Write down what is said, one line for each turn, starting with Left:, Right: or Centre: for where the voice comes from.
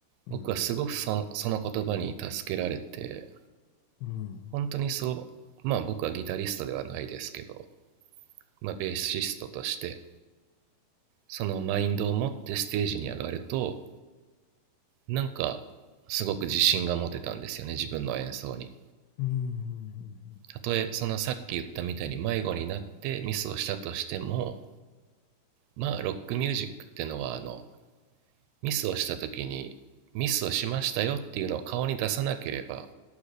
Left: うん。
Right: 僕はすごくそのその言葉に助けられて、
Left: うん。
Right: 本当にそう、まあ僕はギタリストではないですけど、まあベーシストとして、そのマインドを持ってステージに上がると、なんかすごく自信が持てたんですよね、自分の演奏に。
Left: うん。
Right: たとえそのさっき言ったみたいに迷子になってミスをしたとしても、まあロックミュージックってのはあのミスをした時にミスをしましたよっていうのを顔に出さなければ